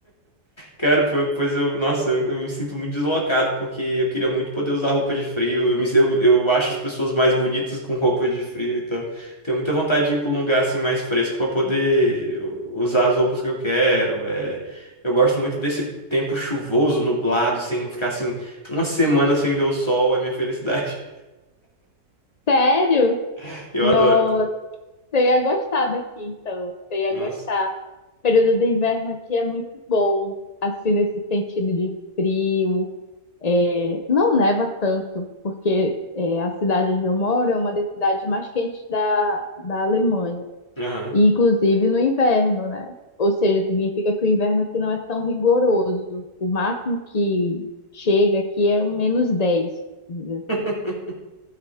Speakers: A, on the left; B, on the left.
A: Cara, po- pois eu, nossa, eu, eu me sinto muito deslocado, porque eu queria muito poder usar roupa de frio. Eu, me, eu, eu acho as pessoas mais bonitas com roupa de frio, então tenho muita vontade de ir para um lugar assim mais fresco para poder usar as roupas que eu quero. É, eu gosto muito desse tempo chuvoso, nublado, sem ficar assim uma semana sem ver o sol, é minha felicidade.
B: Sério?
A: <laughs> Eu
B: Nossa.
A: adoro.
B: Você ia gostar daqui, então. Você ia
A: Nossa.
B: gostar. O período do inverno aqui é muito bom, assim, nesse sentido de frio. É, não neva tanto, porque é, a cidade onde eu moro é uma das cidades mais quentes da, da Alemanha,
A: Aham.
B: e inclusive no inverno, né? Ou seja, significa que o inverno aqui não é tão rigoroso. O máximo que chega aqui é um menos 10, vamos dizer assim.
A: <laughs>